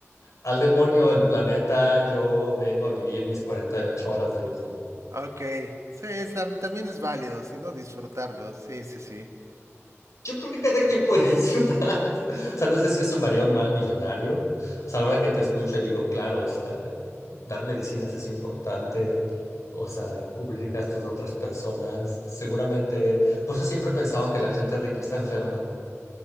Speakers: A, on the left; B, on the right.
A: al demonio el planeta, yo vengo a vivir mis 48 horas de lujo.
B: Ok. Sí, es tam- también es válido, si no disfrutarlo. Sí, sí, sí.
A: Yo creo que cada quien puede disfrutar. <laughs> O sea, no sé si eso me haría un mal millonario. O sea, ahora que te escucho y digo, claro, o sea, dar medicinas es importante. O sea, cubrir gastos de otras personas. Seguramente, pues yo siempre he pensado que la gente rica está enferma.